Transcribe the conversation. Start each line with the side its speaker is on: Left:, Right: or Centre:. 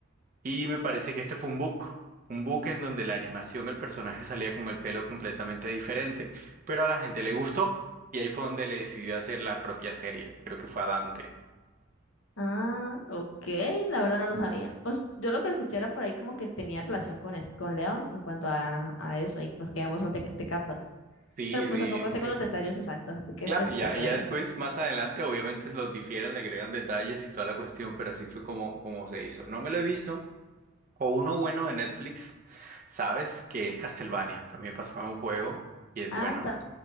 Right: y me parece que este fue un book, un book en donde la animación, el personaje salía con el pelo completamente diferente, pero a la gente le gustó y ahí fue donde le decidió hacer la propia serie, creo que fue a Dante.
Left: Ah, ok, la verdad no lo sabía. Pues yo lo que escuché era por ahí como que tenía relación con, es- con León en cuanto a, a eso y pues que ambos son de, de Capcom.
Right: Sí,
Left: pero pues
Right: sí,
Left: tampoco tengo
Right: eh,
Left: los detalles exactos, así que
Right: claro,
Left: pues
Right: y ya,
Left: te creo.
Right: y ya después, más adelante, obviamente los difieren, le agregan detalles y toda la cuestión, pero así fue como, como se hizo. No me lo he visto. O uno bueno de Netflix, ¿sabes? Que es Castlevania. También pasó a un juego y es
Left: Ah,
Right: bueno.
Left: ta-